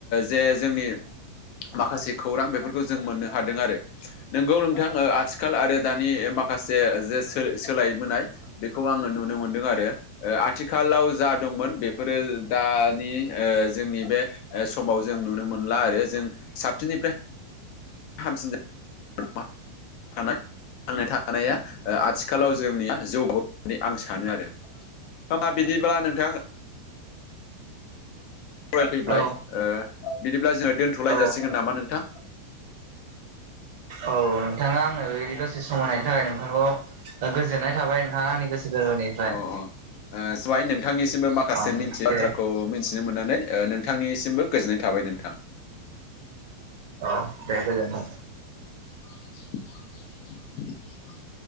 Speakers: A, on the left; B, on the right.
A: जे जोंनि माखासे खौरां बेफोरखौ जों मोननो हादों आरो नोंगौ नोंथां आथिखाल आरो दानि माखासे जे सो-सोलायबोनाय बेखौ आङो नुनो मोनदों आरो ओ आथिखालाव जा दंमोन बेफोरो दानि ओ जोंनि बे ओ समाव जों नुनो मोनला आरो जों साबसिननिफ्राय हामसि ना मा थानाय थांनानै थानाया ओ आथिखालाव जोंनिया जौग होननानै आं सानो आरो होमा बिदिब्ला नोंथाङा फरायफैबाय
B: औ
A: ओ बिदिब्ला जोङो दोनथ'लाय
B: औ
A: जासिगोन नामा नोंथां
B: औ नोंथाङा आंनो बेदि दससे समहायनायनि थाखाय नोंथांखौ ओ गोजोननाय थाबाय नोंथाङा आंनि गोसो गोरबोनि
A: अ
B: नाय
A: अ ओ सवाइ नोंथांनिसिमबो माखासे
B: ओं
A: मिथि बाथ्राखौ
B: दे
A: मि थिनो मोननानै ओ नोंथांनिसिमबो गोजोननाय थाबाय नोंथां।
B: अ दे गोजोन्थों
A: <inaudible>